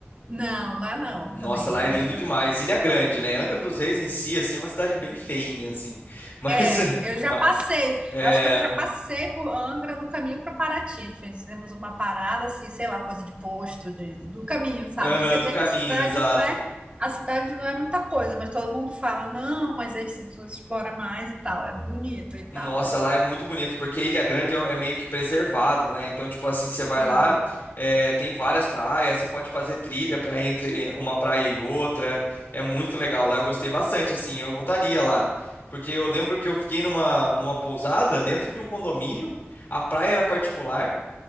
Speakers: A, on the right; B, on the left.
A: Não, lá não,
B: Nossa,
A: também
B: lá
A: já,
B: é lindo
A: já.
B: demais. Ilha Grande, né? Angra dos Reis em si, assim, é uma cidade bem feinha, assim. Mas,
A: É,
B: <laughs>
A: eu já
B: ma-
A: passei.
B: é,
A: Eu acho que eu já passei por Angra no caminho para Paraty. Fizemos uma parada assim, sei lá, coisa de posto de, do caminho, sabe?
B: aham,
A: Aí você
B: do
A: vê
B: caminho,
A: que a cidade
B: exato.
A: não é a cidade não é muita coisa, mas todo mundo fala, não, mas aí você você explora mais e tal, é bonito e tal.
B: Nossa,
A: É...
B: lá é muito bonito, porque Ilha Grande é é meio que preservado, né? Então, tipo assim, você vai
A: Aham,
B: lá, é, tem várias praias, você pode fazer trilha para entre eh, uma praia e outra. É muito legal lá, eu gostei bastante, assim, eu voltaria lá. Porque eu lembro que eu fiquei numa, numa pousada dentro de um condomínio, a praia era particular,